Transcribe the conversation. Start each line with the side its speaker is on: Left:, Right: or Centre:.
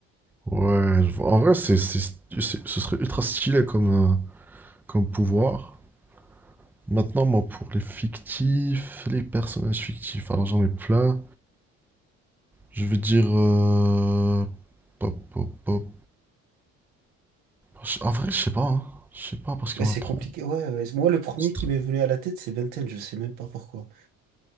Centre: Ouais, je vois. en vrai, c'est, c'est- c'est- ce serait ultra stylé comme, euh, comme pouvoir. Maintenant, moi, pour les fictifs, les personnages fictifs, alors j'en ai plein. Je vais dire. euh, Pop, pop, pop. Je- En vrai, je sais pas. hein. Je sais pas parce qu'il
Right: Mais c'est
Centre: y en a trop.
Right: compliqué, ouais, ouais. Moi, le premier
Centre: C'est
Right: qui
Centre: tr-
Right: m'est venu à la tête, c'est Ben 10, je sais même pas pourquoi.